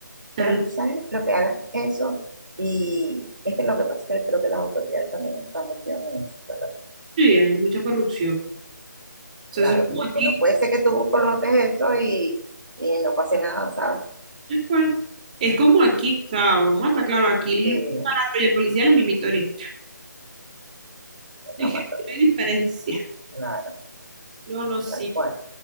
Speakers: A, on the right (about 25°); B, on the right (about 80°).
A: Tal-
B: Pero tú sabes lo que hagan eso, y es que lo que pasa es que creo que las autoridades también están metidas en eso, ¿verdad?
A: sí, hay mucha corrupción. O sea,
B: Claro,
A: eso es como
B: porque
A: aquí,
B: no puede ser que tú coloques eso y, y no pase nada, ¿sabes?
A: pues, es como aquí, o sea, vamos a estar claro, aquí
B: Sí,
A: el barato y el policía es la misma historia.
B: es
A: <laughs>
B: la más también,
A: No Hay diferencia.
B: claro,
A: No, no, sí.
B: tal cual.